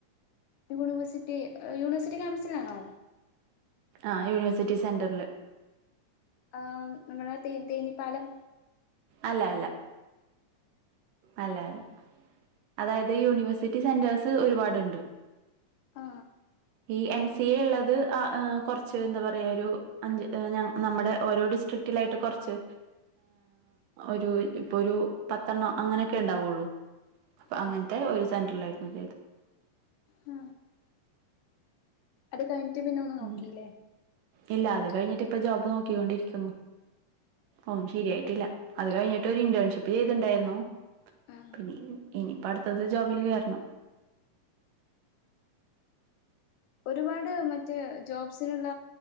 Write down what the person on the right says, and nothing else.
ആ യൂണിവേഴ്സിറ്റി സെന്ററില്
അല്ല അല്ല അല്ല അല്ല അതായത് യൂണിവേഴ്സിറ്റി സെന്റേഴ്സ് ഒരുപാടുണ്ട്
ഈ എം സി എ ഉള്ളത് കൊറച്ച് ന്താ പറയാ ഒരു അഞ്ച് നമ്മടെ ഓരോ ട്‌ ചോ സ്ട്രിക്റ്റിലായിട്ട് കൊറച്ച് ഒരു ഇപ്പൊ ഒരു പത്തെണ്ണം അങ്ങനെയൊക്കെ ണ്ടാവുള്ളു അപ്പെ അങ്ങനത്തെ
ഒരു സെന്ററിലായിട്ട്. ചെയ്തത്
ഉം.
ഇല്ല അത് കഴിഞ്ഞിട്ട് ഇപ്പ ജോബ് നോക്കികൊണ്ടിരിക്കുന്നു ഓ ശരിയായിട്ടില്ല അത് കഴിഞ്ഞിട്ട് ഒരു ഇന്റേൺഷിപ്പ് ചെയ്തിണ്ടായിരുന്നു
പിന്ന ഇനിയിപ്പം അടുത്തത് ജോബില് കയറണം <inaudible>